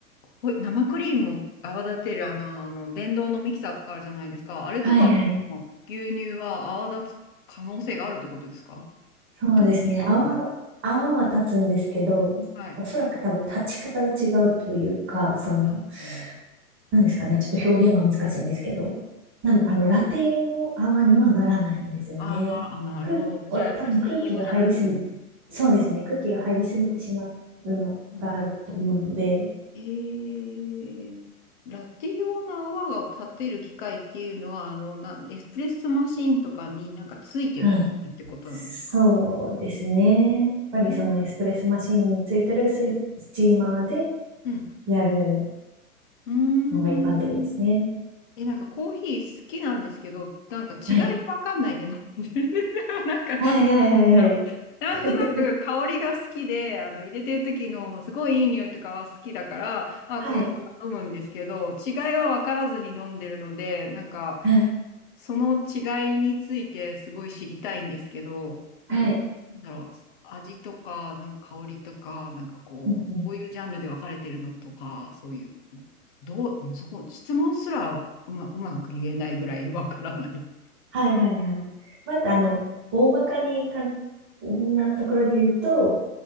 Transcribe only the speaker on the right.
はいはい。
そうですね。
泡、泡は立つんですけど、
おそらく多分立ち方が違うというか、その、
なんですかね、ちょっと表現が難しいんですけど、なあの、ラテ用の泡にはならないんですよね。
空、
お、多分空気が入りすぎ、
そうですね、空気が入りすぎてしまうのがあると思うので、
はい。そうですね。やっぱりそのエスプレッソマシンについてるスイ、
スチーマーで
やる
のが一般的ですね。
はい。
はいはいはいはい。
<laughs>
はい。
はい。
はい。
うんうん
はいはいはい。まず、あの、大まかに簡単なところで言うと、